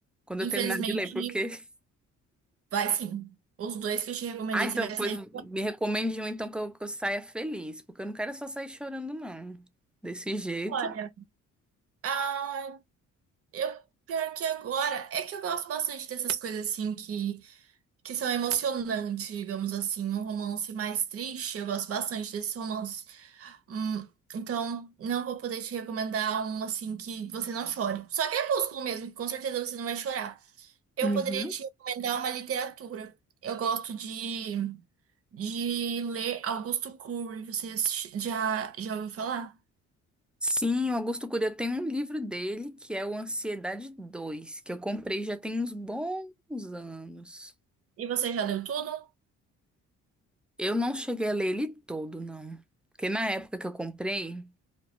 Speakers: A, in the centre; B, on the right (about 50°).
A: Quando eu
B: Infelizmente,
A: terminar de ler, porque. <laughs>
B: vai sim. Os dois que eu te recomendei,
A: Ah, então,
B: você vai
A: pois
B: sair.
A: me recomende um então que eu, que eu saia feliz, porque eu não quero só sair chorando, não. Desse jeito.
B: fora. Ah, eu pior que agora. É que eu gosto bastante dessas coisas assim que, que são emocionantes, digamos assim. Um romance mais triste, eu gosto bastante desses romances. Hum, então, não vou poder te recomendar um assim que você não chore. Só Crepúsculo mesmo, que com certeza você não vai chorar. Eu
A: Uhum.
B: poderia te recomendar uma literatura. Eu gosto de, de ler Augusto Cury. Você já, já ouviu falar?
A: Sim, o Augusto Cury, eu tenho um livro dele que é o Ansiedade dois que eu comprei já tem uns bons anos.
B: E você já leu tudo?
A: Eu não cheguei a ler ele todo, não. Porque na época que eu comprei,